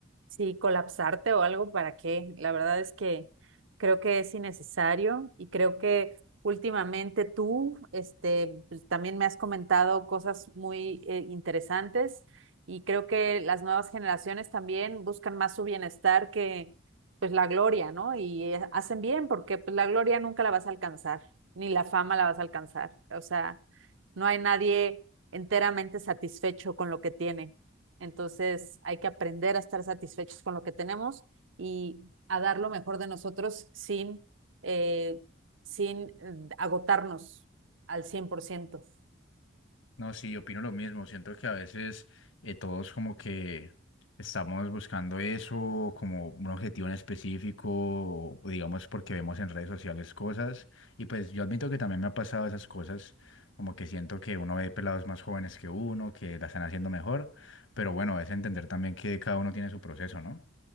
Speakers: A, on the right; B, on the left.
A: Sí, colapsarte o algo, ¿para qué? La verdad es que creo que es innecesario y creo que últimamente tú, este, pues, también me has comentado cosas muy eh, interesantes y creo que las nuevas generaciones también buscan más su bienestar que pues la gloria, ¿no? Y eh, hacen bien porque pues la gloria nunca la vas a alcanzar, ni la fama la vas a alcanzar. O sea, no hay nadie enteramente satisfecho con lo que tiene. Entonces hay que aprender a estar satisfechos con lo que tenemos y a dar lo mejor de nosotros sin, eh, sin eh, agotarnos al 100%.
B: No, sí, opino lo mismo. Siento que a veces eh, todos como que estamos buscando eso como un objetivo en específico, o digamos porque vemos en redes sociales cosas. Y pues yo admito que también me ha pasado esas cosas, como que siento que uno ve pelados más jóvenes que uno, que la están haciendo mejor. Pero bueno, es entender también que cada uno tiene su proceso, ¿no?